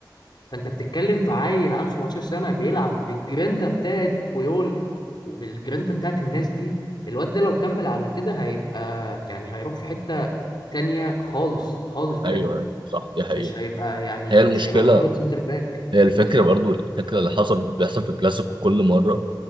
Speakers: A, on the left; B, on the right.
A: فانت بتتكلم في عيل عنده 17 سنه بيلعب بالجرينتا بتاعت بويول وبالجرينتا بتاعت الناس دي الواد ده لو كمل على كده هيبقى يعني هيروح في حته تانية خالص خالص بجد
B: ايوه ايوه صح دي حقيقه
A: مش هيبقى يعني
B: هي المشكله
A: مش هيبقى مجرد سنتر باك
B: هي الفكره برضو الفكره اللي حصل بيحصل في الكلاسيكو كل مره